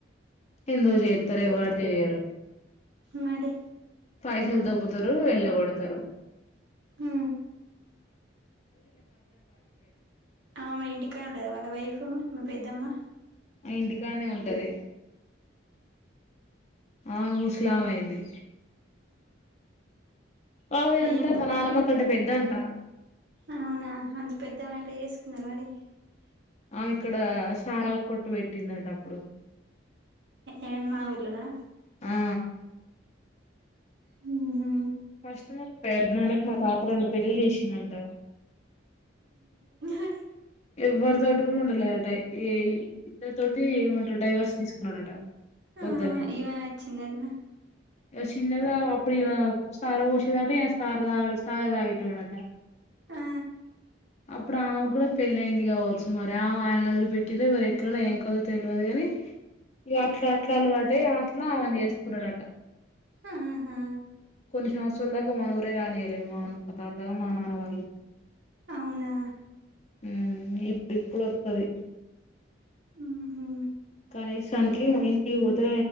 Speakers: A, on the left; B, on the right.
A: ఎందుకు చేత్తలేదు వాళ్ళు చేయరు
B: మరి
A: పైసలు దొబ్బుతారు వెళ్ళగొడుతరు
B: ఉ ఆమె ఇంటికాడుంటద వాళ్ళ వైఫు మీ పెద్దమ్మ
A: ఆ ఇంటికానే ఉంటది ఆమె ముస్లాం అయింది ఆమె అంటే
B: ఏం ప
A: మా నానమ్మక్క అంటే పెద్ద అంట
B: అవునా అంత పెద్దమే <unintelligible>
A: ఆ ఇక్కడ సారవ కొట్టు పెట్టిందంట అప్పుడు
B: ఏ మన ఊర్లోనా
A: ఆ
B: హ్మ్ హు
A: ఫస్ట్ మా పెదనాన్న కిమా తాత రెండు పెళ్ళిలు చేసిండంట
B: అరె
A: ఎవరితోటి కూడ ఉండలేదట ఈ ఈ ఇద్దరూ తోటి డైవర్స్ తీసుకున్నాడట
B: ఆ
A: వద్దని
B: ఈమె వచ్చిందటన
A: చిన్నగా అప్పుడిగ సార పోషిదాట ఏ సారదగు సారదాగెడోట
B: ఆ
A: అప్పుడు ఆమ్ కూడా పెళ్ళయింది కావచ్చు మరి ఆమె ఆయన వదిలి పెట్టింది మరి ఎట్లనొ ఏం కదో తెలివదు గాని ఇ అట్లా అట్లా అలవాట అట్లా చేసుకున్నాడట
B: ఆహా
A: కొన్ని సంవత్సరాల దాకా మన ఊరే రానియలేి మా తాతగా మా నాన్న వాళ్ళు
B: అవునా
A: హ్మ ఇప్పుడు ఇప్పుదోస్తది
B: ఉహు
A: కానీసానికి మా ఇంటికి పోతే